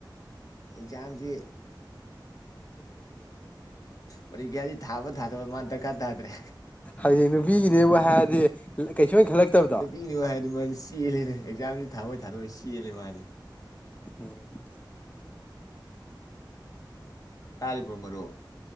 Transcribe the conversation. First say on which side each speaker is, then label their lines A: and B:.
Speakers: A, on the left; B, on the left.
A: ꯑꯦꯛꯖꯥꯝꯁꯤ ꯄꯔꯤꯈ꯭ꯌꯥꯁꯤ ꯊꯥꯕ ꯊꯥꯗꯕ ꯃꯥ ꯗꯔꯀꯥꯔ ꯇꯥꯗ꯭ꯔꯦ
B: ꯍꯧꯖꯤꯛ ꯅꯨꯄꯤꯒꯤꯅꯦꯕꯨ ꯍꯥꯏꯔꯗꯤ ꯀꯩꯁꯨ ꯍꯦꯟ ꯈꯜꯂꯛꯇꯕꯗꯣ
A: ꯅꯨꯄꯤ ꯅꯨ ꯍꯥꯏꯔꯗꯤ ꯃꯥ ꯆꯦꯜꯂꯦꯅꯦ ꯑꯦꯛꯖꯥꯝꯁ‌ꯦ ꯊꯥꯕꯣꯏ ꯊꯥꯗꯕꯣꯏ ꯆꯦꯜꯂꯦ ꯃꯥꯗꯤ
B: ꯎꯝ
A: ꯇꯥꯔꯤꯕ ꯃꯔꯨꯞ